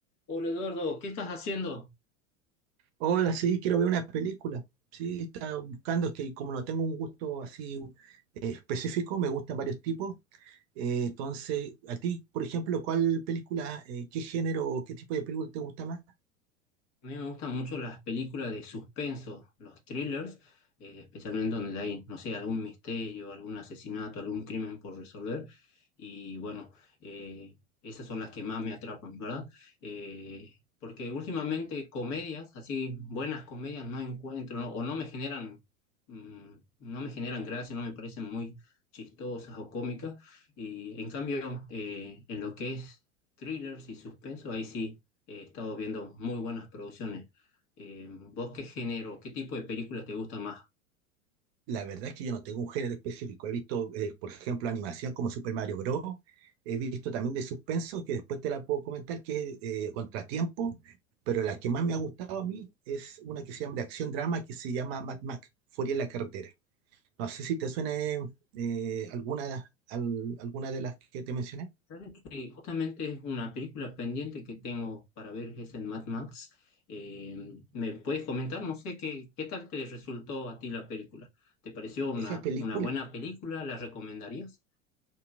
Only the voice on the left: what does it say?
Hola Eduardo, ¿qué estás haciendo?
A mí me gustan mucho las películas de suspenso, los thrillers, eh, especialmente donde hay, no sé, algún misterio, algún asesinato, algún crimen por resolver. Y bueno, eh, esas son las que más me atrapan, ¿verdad? Eh, porque últimamente comedias, así buenas comedias, no encuentro, ¿no? o no me generan, mm, no me generan gracia, no me parecen muy chistosas o cómicas. Y en cambio, eh, en lo que es thrillers y suspenso, ahí sí He estado viendo muy buenas producciones. Eh, ¿vos qué género, qué tipo de películas te gusta más?
Sabes que justamente es una película pendiente que tengo para ver, es en Mad Max. Eh, ¿me puedes comentar? No sé qué, qué tal te resultó a ti la película. ¿Te pareció una,
una buena película? ¿La recomendarías?